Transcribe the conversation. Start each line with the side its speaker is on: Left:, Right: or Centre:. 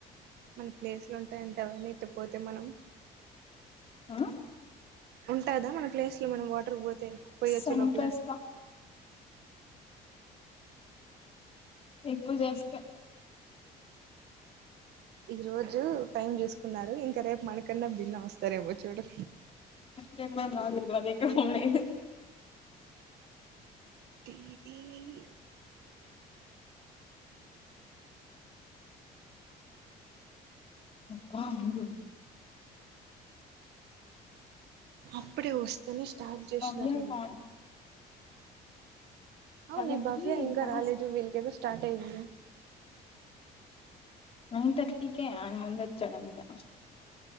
Right: మన ప్లేస్లు ఉంటాయంటావా ఇట్టపోతే మనం
Left: ఆ
Right: ఉంటాదా మన ప్లేస్ లు మనం వాటర్కి పోతే పోయొచ్చే
Left: సంపేస్తా
Right: లోపల
Left: ఎక్కువ చేస్తా
Right: ఈ రోజు టైం చూసుకున్నారు ఇంకా రేపు మనకన్నా భిన్నమోస్తారేమో చూడు
Left: రేపు నేను రాను కాబట్టే పోవుడే
Right: తియ్యి తియ్
Left: అబ్బా ఉండు
Right: అప్పుడే వస్తేనే స్టార్ట్ చేసినారు
Left: భవ్య
Right: వీళ్ళు
Left: కాల్
Right: అవును
Left: వాళ్ళకి
Right: బస్సు ఇంకా
Left: టాస్క్
Right: రాలేదు వీల్తోటి స్టార్ట్ అయింది
Left: నైన్ థర్టీ కే ఆయన ముందోచ్చాడు అంతే